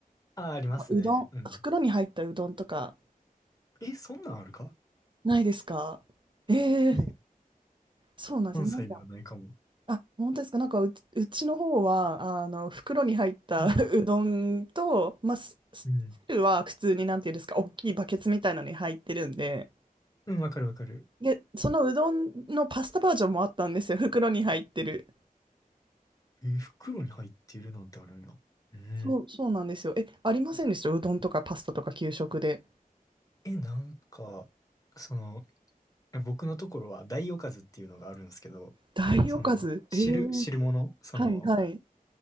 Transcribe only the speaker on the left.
ああ、ありますね。
うん。
え、そんなんあるか
え、
関西ではないかも。
うん。
うん。
うん、わかるわかる。
え、袋に入ってるなんてあるんや。うん。
え、なんか、その、僕のところは大おかずっていうのがあるんですけど、
その、汁、
汁物、その、